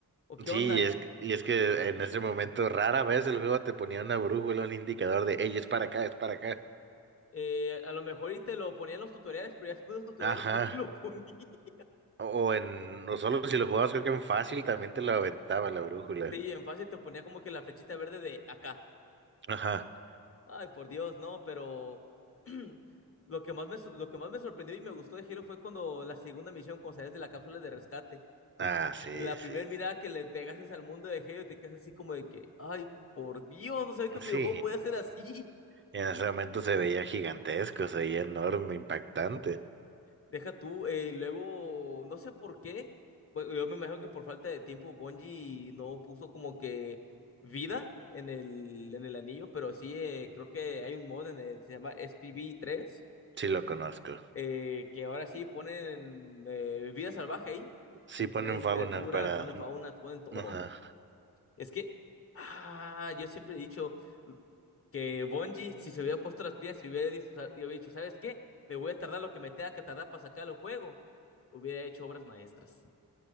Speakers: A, on the left (about 35°); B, on the right (about 30°).
A: o qué
B: Sí,
A: onda.
B: y es, y es que en ese momento rara vez el juego te ponía una brújula, un indicador de, hey, es para acá, es para acá.
A: Eh, a lo mejor y te lo ponía en los tutoriales, pero ya después de los tutoriales
B: Ajá.
A: no te lo ponía. <laughs>
B: O o en, no solo si lo jugabas, creo que en fácil también te lo aventaba la brújula.
A: Sí, en fácil te ponía como que la flechita verde de acá.
B: Ajá.
A: Ay, por Dios, no, pero <clears throat> lo que más me, so- lo que más me sorprendió y me gustó de Hero fue cuando la segunda misión, cuando sales de la cápsula de rescate,
B: Ah, sí,
A: la
B: sí,
A: primera mirada
B: sí.
A: que le pegaste al mundo de Hero, te quedas así como de que, ay, por Dios, no sabía que un
B: Sí.
A: videojuego puede hacer así.
B: Y en ese momento se veía gigantesco, se veía enorme, impactante.
A: Deja tú, eh, luego, no sé por qué, pues, yo me imagino que por falta de tiempo Bungie no puso como que vida en el, en el anillo, pero sí, eh, creo que hay un mod en el, se llama spv tres
B: Sí lo conozco.
A: eh, que ahora sí ponen eh, vida salvaje ahí,
B: Sí ponen
A: ponen
B: fauna
A: criaturas,
B: para...
A: ponen faunas, ponen todo.
B: Ajá.
A: Es que, ah, yo siempre he dicho, que Bungie, si se hubiera puesto las piezas y hubiera dicho, y hubiera dicho, ¿sabes qué? Me voy a tardar lo que me tenga que tardar para sacar el juego. Hubiera hecho obras maestras.